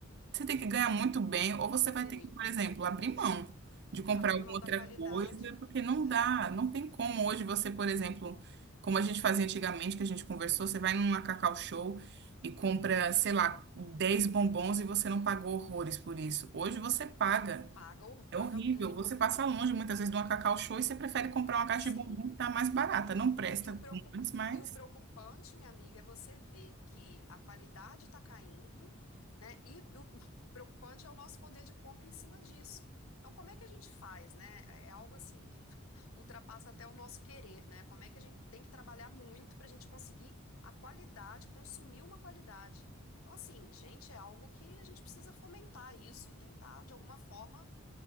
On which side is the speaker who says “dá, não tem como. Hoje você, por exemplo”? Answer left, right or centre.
Right